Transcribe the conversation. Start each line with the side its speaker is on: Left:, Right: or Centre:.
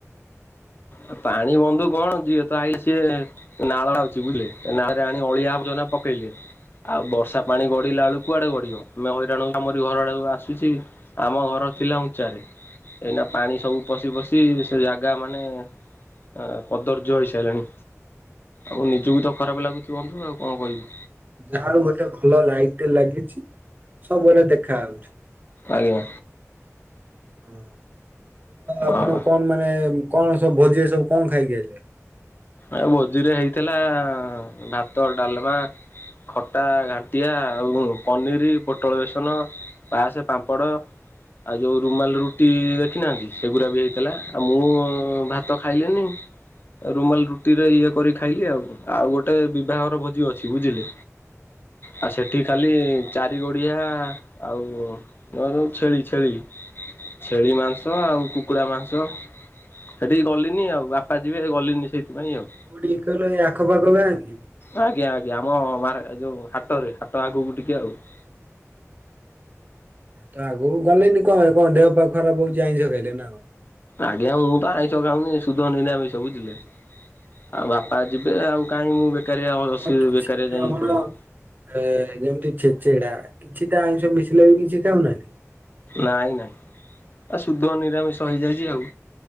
Left: ଅ, ପାଣି ବନ୍ଧୁ କଣ ଯିଏ ତ ଆଇଲେ ସିଏ ଏ ନାଳ ଅଛି ବୁଝିଲେ, ଏ ନାଳରେ ଆଣି ଅଳିଆ ଆର୍ବଜନା ପକେଇଲେ। ଆଉ ବର୍ଷା ପାଣି ଗଡ଼ିଲାବେଳୁ କୁଆଡେ ଗଡ଼ିବ? ଆମେ ହଇରାଣ ଆମରି ଘର ଆଡକୁ ଆସୁଛି। ଆମ ଘର ଥିଲା ଉଞ୍ଚାରେ। ଏଇନା ପାଣି ସବୁ ପଶି ପଶି ସେ ଜାଗା ମାନେ ଆ, କଦର୍ଯ୍ୟ ହେଇସାରିଲାଣି। ଆଉ ନିଜକୁ ତ ଖରାପ ଲାଗୁଚି ବନ୍ଧୁ ଆଉ କଣ କହିବୁ।
Right: ଯାହାଡୁ ଗୋଟେ ଭଲ ଲାଇଟ୍ ଟେ ଲାଗିଛି ସବୁବେଳେେ ଦେଖାହଉଛୁ।
Left: ଆଜ୍ଞା।
Right: ଆଉ
Left: ହଁ
Right: ଆପଣ କଣ ମାନେ କଣ ସବୁ ଭୋଜିରେ ସବୁ କଣ ଖାଇକି ଆଇଲେ?
Left: ଏ ଭୋଜିରେ ହେଇଥିଲା ଭାତ, ଡାଲମା ଖଟା, ଘାଣ୍ଟିଆ ଆଉ ପନିରି, ପୋଟଳ ବେସନ। ପାସ, ପାମ୍ପଡ଼ ଆଉ ଯୋଉ ରୁମାଲ ରୁଟି ଦେଖି ନାହାନ୍ତି ସେଗୁରା ବି ହେଇଥିଲା। ଆଉ ମୁଁ ଭାତ ଖାଇଲିନି। ରୁମାଲ ରୁଟି ରେ ଇଏ କରି ଖାଇଲି ଆଉ। ଆଉ ଗୋଟେ ବିବାହର ଭୋଜି ଅଛି ବୁଝିଲେ। ଆଉ ସେଠି ଖାଲି ଚାରି ଗୋଡିଆ ଆଉ ନ ଯୋଉ ଛେଳି ଛେଳି ଛେଳି ମାଂ ସ, ଆଉ କୁକୁଡ଼ା ମାଂସ, ସେଠିକି ଗଲିନି ଆଉ ବାପା ଯିବେ ଗଲିନି ସେଇଥିପାଇଁ ଆଉ।
Right: କୋଉଠିକି କହିଲ ଏଇ ଆଖପାଖ ଗାଁ କି?
Left: ଆଜ୍ଞା ଆଜ୍ଞା ଆମ ମାରେ ଯୋଉ ହାଟ ରେ ହାଟ ଆଗକୁ ଟିକେ ଆଉ। ହ
Right: ତ ଆଗକୁ ଗଲେନି କଣ କଣ ଦେହ ପା ଖରାପ ହଉଚି ଆଇଁଷ ଖାଇଲେ ନା କଣ?
Left: ଆଜ୍ଞା ମୁଁ ତ ଆଇଁଷ ଖାଉନି ଏ ସୁଧ ନିରାମିଷ ବୁଝିଲେ। ଆଉ ବାପା ଯିବେ ଆଉ କାଇଁ ମୁଁ ବେକାରିଆ ଅ,
Right: କଣ
Left: ଅସୁ
Right: କିଛି
Left: ବେକାରିଆ
Right: ବି
Left: ଯାଇକି
Right: ଆମର
Left: ଇଏ କରିବି।
Right: ଏ ଯେମିତି ଛେଚେଡା କିଛିଟା ଆଇଁଷ ମିଶିଲା ବି କିଛି ଖାଉନାହାନ୍ତି?
Left: ନାଇଁ ନାଇଁ ଆ ସୁଧ ନିରାମିଷ ହେଇଯାଇଚି ଆଉ।